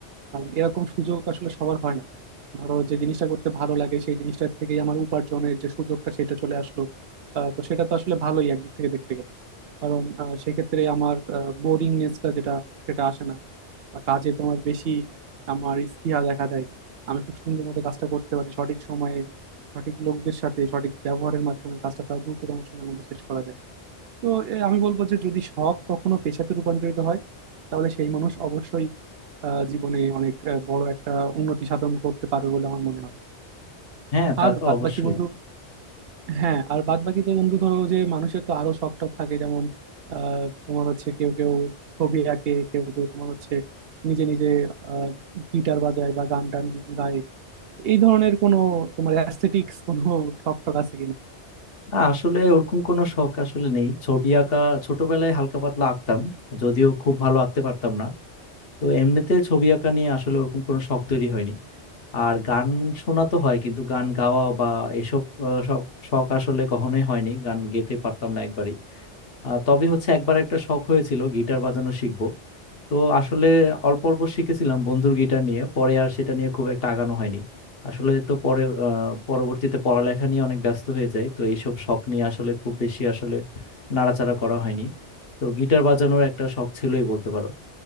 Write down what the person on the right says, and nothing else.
কারণ এরকম সুযোগ আসলে সবার হয় না ধরো যে জিনিসটা করতে ভালো লাগে সেই জিনিসটা থেকেই আমার উপার্জনের যে সুযোগটা সেটা চলে আসলো আহ, তো সেটা তো আসলে ভালোই একদিক থেকে দেখতে গেলে কারণ আহ, সেক্ষেত্রে আমার বোরিংনেসটা যেটা সেটা আসে না বা কাজে তোমার বেশি আমার স্পৃহা দেখা দেয় আমি খুব সুন্দর মতো কাজটা করতে পারি সঠিক সময়ে সঠিক লোকদের সাথে সঠিক ব্যবহারের মাধ্যমে কাজটা প্রায় দ্রুততম সময়ের মধ্যে শেষ করা যায় তো এ, আমি বলবো যে যদি শখ কখনো পেশাতে রূপান্তরিত হয় তাহলে সেই মানুষ অবশ্যই আহ, জীবনে অনেক আহ, বড় একটা উন্নতি সাধন করতে পারবে বলে আমার মনে হয়
আর
বাদবাকি
বন্ধু হ্যাঁ আর বাদবাকি তো বন্ধু ধরো যে মানুষের তো আরো শখ টখ থাকে যেমন আহ, তোমার হচ্ছে কেউ কেউ ছবি আঁকে কেউ কেউ তোমার হচ্ছে নিজে নিজে আহ, গিটার বাজায় বা গান টান গায় এই ধরনের কোনো তোমার অ্যাস্থেটিক্স কোনো শখ টখ আছে কিনা